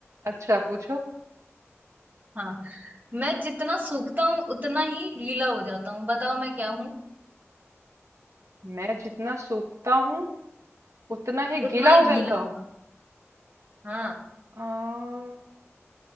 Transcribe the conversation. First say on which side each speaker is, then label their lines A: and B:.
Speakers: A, on the right (about 85°); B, on the right (about 35°).
A: अच्छा पूछो
B: हाँ मैं जितना सूखता हूँ उतना ही गीला हो जाता हूँ बताओ मैं क्या हूँ
A: मैं जितना सूखता हूँ उतना ही
B: उतना
A: गीला
B: ही
A: हो जाता
B: गीला
A: हूँ
B: होगा हाँ
A: अम,